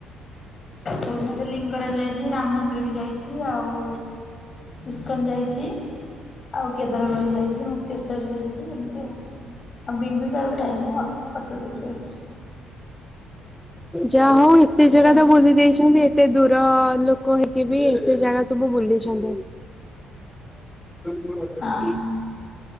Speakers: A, on the left (about 35°); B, in the centre.
A: ଭୁବନେଶ୍ୱର ଲିଙ୍ଗରାଜ ଯାଇଚି। ରାମ ମନ୍ଦିର ବି ଯାଇଛି, ଆଉ ଇସ୍କନ ଯାଇଛି। ଆଉ କେଦାରଗୌରୀ ଯାଇଛି, ମୁକ୍ତେଶ୍ଵର ଯାଇଛି, ଏମତି ଆଉ ଆଉ ବିନ୍ଦୁ ଜାଗାକୁ ଯାଇନୁ ଅଳ୍ ପଛରେ ଦେଖି ଆସିଛୁ।
B: ଯା ହଉ ଏତେ
A: ଏତିକି
B: ଜାଗା
A: ଆଉ
B: ତ ବୁଲି ଦେଇଛନ୍ତି। ଏ ଏତେ ଦୂର ଲୋକ ହେଇକି ବି ଏତେ ଜାଗା ସବୁ ବୁଲିଛନ୍ତି। <inaudible>
A: ହଁ।